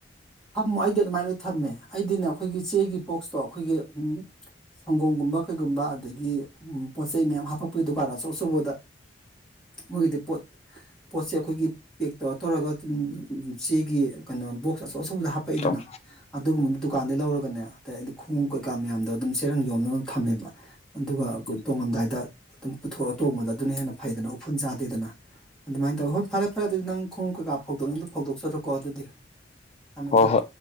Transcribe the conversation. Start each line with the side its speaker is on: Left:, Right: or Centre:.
Centre: ꯊꯝꯃꯣ ꯑꯩꯗꯤ ꯑꯗꯨꯃꯥꯏꯅ ꯂꯣꯏ ꯊꯝꯃꯦ ꯑꯩꯗꯤꯅꯦ ꯑꯩꯈꯣꯏꯒꯤ ꯆꯦꯒꯤ ꯕꯣꯛꯁꯇꯣ ꯑꯩꯈꯣꯏꯒꯤ ꯎꯝ ꯁꯪꯒꯣꯝꯒꯨꯝꯕ ꯀꯩꯒꯨꯝꯕ ꯑꯗꯒꯤ ꯎꯝ ꯄꯣꯠ ꯆꯩ ꯃꯌꯥꯝ ꯍꯥꯞꯄꯛꯄꯒꯤ ꯗꯨꯀꯥꯟ ꯑꯆꯧ ꯑꯆꯧꯕꯗ ꯃꯣꯏꯒꯤꯗꯤ ꯄꯣꯠ ꯄꯣꯠꯁꯦ ꯑꯩꯈꯣꯏꯒꯤ ꯄꯦꯛ ꯇꯧꯔ ꯇꯧꯔꯒꯗꯨꯝ ꯎꯝ ꯆꯦꯒꯤ ꯀꯩꯅꯣ ꯕꯣꯛꯁ ꯑꯆꯧ__ <unintelligible> ꯑꯆꯧꯕꯗ ꯍꯥꯞꯄꯛꯏꯗꯅ
Left: ꯈꯤꯇꯪ
Centre: ꯑꯗꯨꯒꯨꯝꯕꯗꯨ ꯗꯨꯀꯥꯟꯗꯩ ꯂꯧꯔꯒꯅꯦ ꯇꯌꯥꯏꯗꯤ ꯈꯣꯡꯉꯨꯞ ꯀꯩꯀꯥ ꯃꯌꯥꯝꯗꯣ ꯑꯗꯨꯝ ꯆꯦꯔꯪꯗ ꯌꯣꯝꯃ ꯌꯣꯝ ꯊꯝꯃꯦꯕ ꯑꯗꯨꯒ ꯀꯣ
Left: ꯎꯝ
Centre: ꯇꯣꯡꯉꯝꯗꯥꯏꯗ ꯑꯗꯨꯝ ꯄꯨꯊꯣꯛꯑ ꯇꯣꯡꯕꯗꯣ ꯑꯗꯨꯅ ꯍꯦꯟꯅ ꯐꯩꯗꯅ ꯎꯐꯨꯟ ꯆꯥꯗꯦꯗꯅ ꯑꯗꯨꯃꯥꯏꯅ ꯇꯧꯋꯤ ꯍꯣꯏ ꯐꯔꯦ ꯐꯔꯦ ꯑꯗꯨꯗꯤ ꯅꯪ ꯈꯣꯡꯎꯞ ꯀꯩꯀꯥ ꯐꯧꯗꯣꯛꯅꯤ ꯗꯨ ꯐꯧꯗꯣꯛꯆꯔꯣꯀꯣ ꯑꯗꯨꯗꯤ ꯊꯝꯃꯦ
Left: ꯍꯣꯏ
Centre: ꯊꯝꯃꯦ
Left: ꯍꯣꯏ